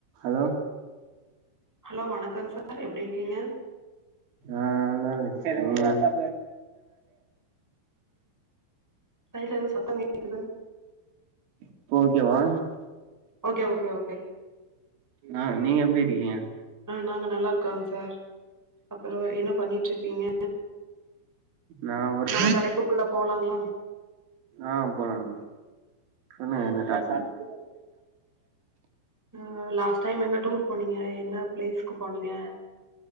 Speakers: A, on the right (about 80°); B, in the centre.
A: Hello
B: hello வணக்கம் sir எப்டி இருக்கீங்க
A: ஆ நல்லா இருக்கே
B: சைட்ல எதோ சத்த கேக்குது
A: இப்ப ஓகேவா
B: ஓகே ஓகே ஓகேங்க
A: ஆ நீங்க எப்டி இருக்கீங்க
B: ஆ நாங்க நல்லா இருக்கோங் சார் அப்பறோ என்ன பண்ணிட்ருக்கீங்க
A: நா ஒரு
B: நம்ம தலைப்புக்குள்ள போலாங்ளா
A: ஆ போலாங்க சொல்லுங்க என்ன டாப்பிக்
B: ஆ லாஸ்ட் டைம் எங்க டூர் போனீங்க என்ன பிளேஸ்க்கு போனீங்க